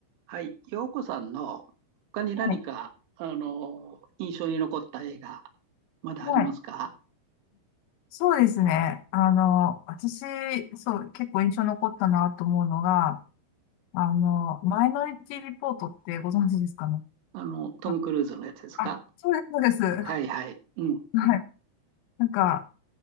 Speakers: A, on the right; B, on the left.
A: はい、洋子さんの他に何か、
B: はい。
A: あの、印象に残った映画、まだありますか
B: はいそうですね。あの、私、そう、結構印象残ったなと思うのが、あの、マイノリティリポートってご存知ですかね。
A: あの、トム・
B: あ、
A: クルーズのやつですか
B: あそうです、そうです。<laughs> は
A: はいはい。うん。
B: い。なんか、